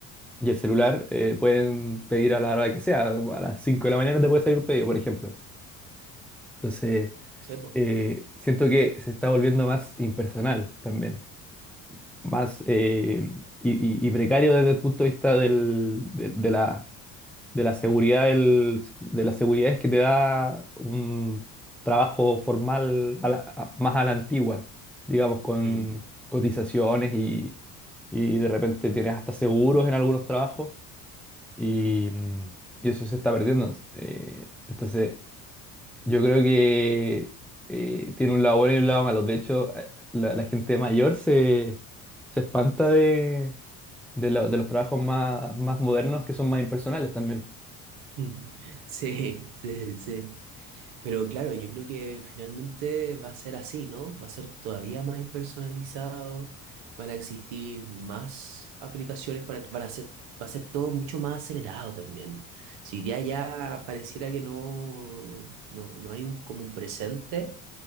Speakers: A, in the centre; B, on the right.
A: y el celular, eh, pueden pedir a la hora que sea, a las 5 de la mañana te puede salir un pedido, por ejemplo. Entonces...
B: sí, po.
A: eh, siento que se está volviendo más impersonal también, más eh, y, y- y precario desde el punto de vista del- de, de la, de la seguridad, del- de las seguridades que te da un trabajo formal a la- a- más a la antigua, digamos, con
B: Mm.
A: cotizaciones y, y de repente tienes hasta seguros en algunos trabajos y, mm, y eso se está perdiendo. Eh, entonces... Yo creo que eh, tiene un lado bueno y un lado malo. De hecho, eh, la, la gente mayor se, se espanta de, de, lo- de los trabajos más, más modernos que son más impersonales también.
B: <laughs> Sí, sí, sí. Pero claro, yo creo que finalmente va a ser así, ¿no? Va a ser todavía más personalizado, van a existir más aplicaciones para, van a ser, va a ser todo mucho más acelerado también. Si ya ya pareciera que no, no, no hay un, como un presente,